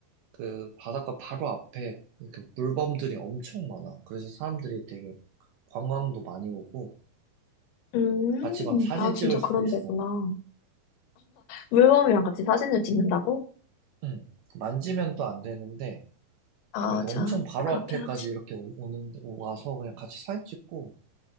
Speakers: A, on the right; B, on the left.
A: 그 바닷가 바로 앞에 이렇게 물범들이 엄청 많아. 그래서 사람들이 되게 관광도 많이 오고,
B: 음,
A: 같이 막 사진
B: 아, 진짜
A: 찍을 수도
B: 그런
A: 있어.
B: 데구나. 물범이랑 같이 사진을 찍는다고?
A: 응, 만지면 또 안 되는데,
B: 아,
A: 그래서
B: 참,
A: 엄청 바로
B: 그렇긴
A: 앞에까지
B: 하지.
A: 이렇게 오- 오는, 와서 그냥 같이 사진 찍고,